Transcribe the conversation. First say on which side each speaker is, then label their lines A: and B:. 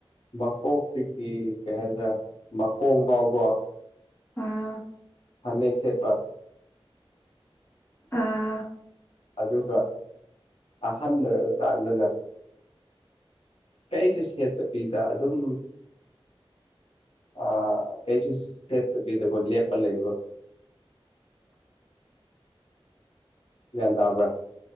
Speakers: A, on the left; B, on the left.
A: ꯃꯀꯣꯛꯇꯒꯤ ꯀꯩ ꯍꯥꯏꯗ꯭ꯔꯦ ꯃꯀꯣꯡ ꯐꯥꯎꯕ
B: ꯑꯥ
A: ꯍꯟꯅꯦꯛ ꯁꯦꯄ
B: ꯑꯥ
A: ꯑꯗꯨꯒ ꯑꯍꯜ ꯑꯣꯏꯔꯕ ꯀꯥꯟꯗꯅ ꯀꯩꯁꯨ ꯁꯦꯠꯇꯕꯤꯤꯗ ꯑꯗꯨꯝ ꯑꯥ ꯀꯩ ꯆꯨ ꯁꯦꯗ ꯂꯦꯄ ꯂꯩꯕ
B: <unintelligible>
A: ꯒ꯭ꯌꯥꯟ ꯇꯥꯕ꯭ꯔꯥ